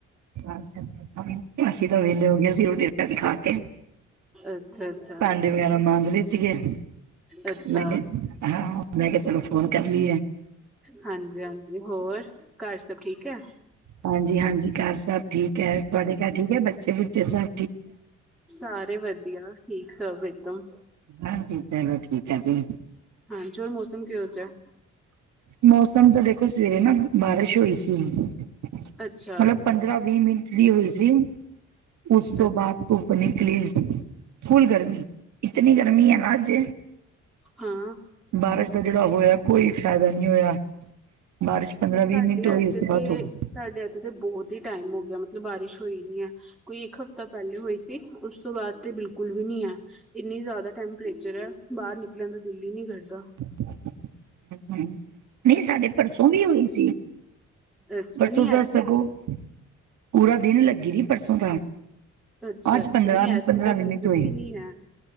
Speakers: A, on the right; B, in the centre.
A: ਅੱਛਾ-ਅੱਛਾ ਅਸੀ ਤਾਂ ਵੇਲੇ ਹੋ ਗਏ ਸੀਂ ਰੋਟੀ-ਰਾਟੀ ਖਾ ਕੇ।
B: ਅੱਛਾ ਅੱਛਾ
A: ਭਾਂਡੇ ਵਗੈਰਾ ਮਾਂਜਲੇ ਸੀਗੇ।
B: ਅੱਛਾ
A: ਮੈਂ ਕੇਆ, ਹਾਂ ਮੈਂ ਕੇਆ ਚਲੋ ਫੋਨ ਕਰ ਲਈ ਏ।
B: ਹਾਂਜੀ -ਹਾਂਜੀ ਹੋਰ ਘਰ ਸਭ ਠੀਕ ਐ?
A: ਹਾਂਜੀ- ਹਾਂਜੀ ਘਰ ਸਬ ਠੀਕ ਐ, ਤੁਆਡੇ ਘਰ ਠੀਕ ਐ ਬੱਚੇ- ਬੁੱਚੇ ਸਬ?
B: ਸਾਰੇ ਵੱਧੀਆ ਠੀਕ ਸਭ ਇੱਕਦਮ।
A: ਹਾਂਜੀ। ਚਲੋ ਠੀਕ ਐ ਜੀ।
B: ਹਾਂ ਜੋਰ ਮੌਸਮ ਕੇਹੋ ਜੇਆ।
A: ਮੌਸਮ ਤਾਂ ਦੇਖੋ ਸਵੇਰੇ ਨਾ ਬਾਰੇਸ਼ ਹੋਈ ਸੀ। ਪੇਲੇ
B: ਅੱਛਾ
A: ਪੰਦਰਾਂ ਵੀ-ਮਿੰਟ ਦੀ ਹੋਈ ਸੀ ਉਸ ਤੋਂ
B: ਅੱਛਾ
A: ਬਾਦ ਧੁੱਪ ਨਿਕਲੀ, ਫੁਲ ਗਰਮੀ ਇਤਨੀ ਗਰਮੀ ਐ ਨਾ ਅੱਜ
B: ਹਾਂ।
A: ਬਾਰੇਸ਼ ਦਾ ਜੇੜਾ ਹੋਏਆ ਕੋਈ ਫਾਏਦਾ ਨੀ ਹੋਏਆ। ਬਾਰਿਸ਼ ਪੰਦਰਾਂ
B: ਸਾਡੇ
A: ਵੀਹ-ਮਿੰਟ ਹੋਈ
B: ਇੱਥੇ
A: ਸੀ ਉਸ ਤੋਂ ਬਾਦ
B: ਤੇ
A: ਧੁੱਪ
B: ਸਾਡੇ ਏਥੇ ਤੇ ਬੋਹਤ ਈ ਟਾਈਮ ਹੋ ਗੇਆ ਮਤਲਬ ਬਾਰਿਸ਼ ਹੋਈ ਨੀ ਐ ਕੋਈ ਇੱਕ ਹਫ਼ਤਾ ਪਹਿਲੇ ਹੋਈ ਸੀ। ਉਸ ਤੋਂ ਬਾਅਦ ਤੇ ਬਿਲਕੁਲ ਵੀ ਨੀ ਐ। ਇੰਨੀ ਜ਼ਿਆਦਾ ਟੈਂਪਰੇਚਰ ਐ, ਬਾਹਰ ਨਿਕਲਣ ਦਾ ਦਿਲ ਈ ਨੀ ਕਰਦਾ।
A: <unintelligible> ਨਹੀਂ ਸਾਡੇ ਪਰਸੋਂ ਵੀ ਹੋਈ ਸੀ।
B: ਅੱਛਾ
A: ਪਰਸੋਂ
B: ਨੀ
A: ਤਾਂ
B: ਇੱਥੇ
A: ਸਗੋਂ ਪੂਰਾ ਦਿਨ ਲੱਗੀ ਰਹੀ, ਪਰਸੋਂ ਤਾਂ।
B: ਅੱਛਾ-ਅੱਛਾ।
A: ਅੱਜ ਪੰਦਰਾਂ
B: ਨੀ ਐਥੇ
A: ਪੰਦਰਾਂ
B: ਤੇ
A: ਵੀਹ
B: ਬਿਲਕੁਲ
A: ਮਿੰਟ ਹੋਈ
B: ਵੀ ਨੀ ਐ।